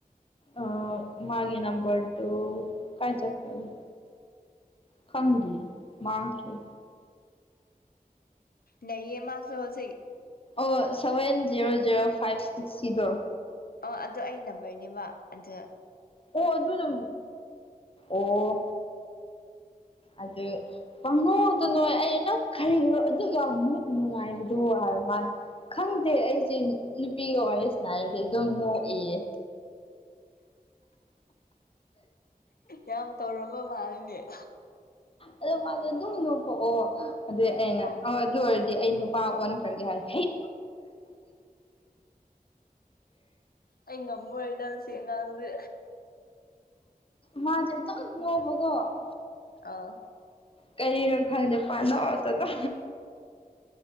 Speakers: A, on the left; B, on the left.
A: ꯑ ꯃꯥꯒꯤꯦꯅꯥ ꯔꯣ ꯀꯥꯏ ꯆ ꯀꯔꯤ ꯐꯟꯗꯤ ꯃꯥꯡꯈꯔꯦ
B: ꯅꯌꯦ ꯃꯥꯁꯨꯍꯁꯩ
A: ꯑꯣ seven zero zero five six ꯁꯤꯗꯣ
B: ꯑꯣ ꯑꯗꯨꯣ ꯑꯩ ꯅꯝꯕꯔꯅꯦꯕ ꯑꯗꯨ
A: ꯑꯣ ꯑꯗꯨ ꯑꯗꯨ ꯅ ꯑꯣ ꯑꯗꯨ ꯄꯪꯉꯣꯗ ꯅ ꯑꯩ ꯑ ꯅꯛ ꯈꯜꯂꯤꯣ ꯑꯗꯨꯒ ꯅꯨꯡꯉꯥꯏꯕꯗꯨ ꯃꯥꯅꯤ ꯈꯪꯗꯦ ꯑꯩꯁꯦ ꯅꯨꯄꯤꯒ ꯋꯥꯔꯤꯁꯤꯅ ꯍꯥꯏꯔꯗꯤ ꯑꯗꯨꯝ ꯅꯣꯛꯏꯌꯦ
B: ꯌꯥꯝ ꯇꯧꯔꯝꯕ ꯃꯥꯜꯂꯤꯅꯦ
A: ꯑꯗꯣ ꯋꯥꯗꯣ ꯑꯗꯨꯝ ꯅꯣꯛꯄꯣꯛꯑꯣ ꯑꯗꯨꯗꯤ ꯑꯩꯅ
B: ꯑꯣ
A: ꯑꯗꯨ ꯑꯣꯏꯔꯗꯤ ꯗꯤ ꯑꯩ ꯅꯨꯄꯥ ꯑꯣꯟꯈ꯭ꯔꯒꯦ ꯍꯥꯏ ꯍꯩ
B: ꯑꯩ ꯉꯝꯃꯣꯏꯗ ꯁꯤ ꯑꯉꯥꯡꯁꯦ
A: ꯃꯥꯖꯗꯣ ꯂꯣꯒꯣ
B: ꯑꯥ
A: ꯀꯔꯤꯔꯣ ꯈꯪꯗ ꯄꯥꯟꯗ ꯑꯇꯗ